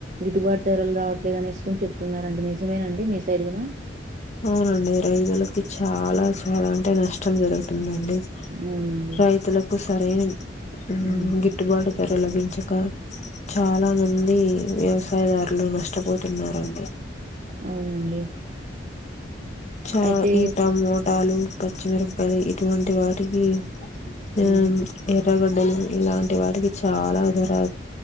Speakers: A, on the right (about 45°); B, on the left (about 40°).
A: గిట్టుబాటు ధరలు రావట్లేదు అనేసుకుని చెప్తున్నారండి నిజమేనండి మీ సైడ్ గున
B: అవునండి రైతులకి చాలా చాలా అంటే నష్ టాం జరుగుతుందండి
A: అవునండి
B: రైతులకు సరైన ఆ
A: ఉమ్
B: గిట్ ట్టుబాటు ధర లభించకా చాలా మంది వ్యవసాయదారులు నష్టపోతున్నారండి
A: అవునండి
B: చ
A: అయితే
B: ఈ టమోటాలు పచ్చిమిరపకాయ ఇటువంటి వాటికి
A: హ్
B: ఆ ఎర్రగడ్డలు ఇలాంటి వాటికి చాలా ధర